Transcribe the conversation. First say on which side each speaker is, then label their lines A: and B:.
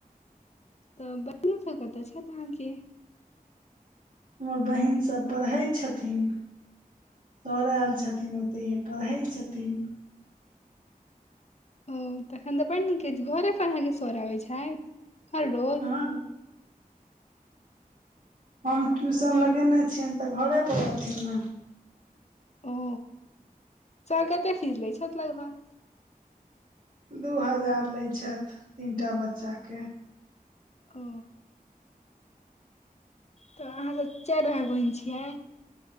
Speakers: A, on the left (about 45°); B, on the right (about 65°).
A: तऽ बहीन सब कतऽ छैय अहाँके।
B: हमर बहिनसभ पढ़ै छथिन। सर आयल छथिन ओतहिए पढ़ै छथिन।
A: ओ तखन तऽ बड नीक अछि घरे पर अहाँके सर आबैत छथि हर रोज।
B: हँ हम ट्यूशन लगेने छियनि तऽ घरे परर रहथिन ने।
A: ओ सर केते फीस लै छत लागभग।
B: दू हजार लैत छथि तीनटा बच्चाके।
A: ओ तऽ अहाँसभ चारि भााय बहिन छियै।